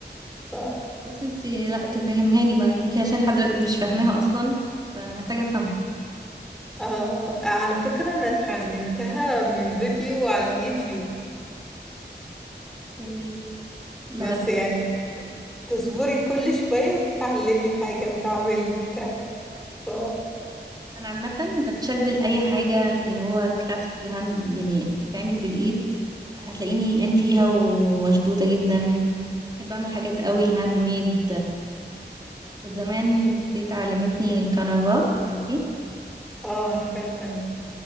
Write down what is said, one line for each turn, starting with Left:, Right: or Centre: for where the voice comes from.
Centre: ف...
Right: خلاص انتي لا تفهمهاني بقى يمكن عشان لحد دلوقتي مش فاهماها اصلا فانا محتاجه افهمها
Centre: آه على فكرة أنا اتعلمتها من فيديو على اليوتيوب
Right: اوكي.
Centre: بس
Right: لا
Centre: يعني تصبري كل شوية وتتعلمي حاجة وتعملي وبتاع ف...
Right: انا عامه بتشد لاي حاجه اللي هو كرافت بالهاند يعني بتتعمل بالايد هتلاقيني ان فيها ومشدوده جدا بحب اعمل حاجات قوي الهاند ميد كنت زمان تيتا علمتني الكنفا تعرفي
Centre: اه عارفة الكنبة